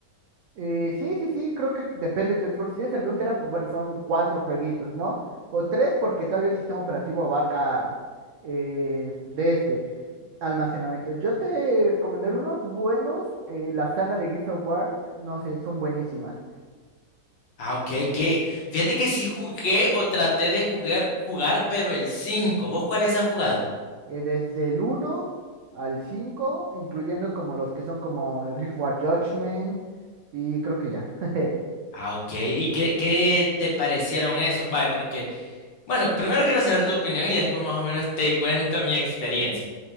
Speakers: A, on the right (about 85°); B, on the left (about 80°).
A: Eh, sí, sí, sí, creo que depende de tu Xbox. Si es el de un tera, pues bueno, son cuatro jueguitos, ¿no? O tres, porque todavía el sistema operativo abarca eh, de este almacenamiento. Yo te recomendaré unos buenos, eh, la saga de Gears of War, no sé, son buenísimas.
B: Ah, ok, que fíjate que sí jugué o traté de jugar, jugar, pero el cinco ¿vos cuáles has jugado?
A: eh, desde el uno al 5, incluyendo como los que son como el Guild Wars Judgment y creo que ya. <laughs>
B: Ah, ok, ¿y qué, qué te parecieron esos? Vale, porque, bueno, primero quiero saber tu opinión y después más o menos te cuento mi experiencia.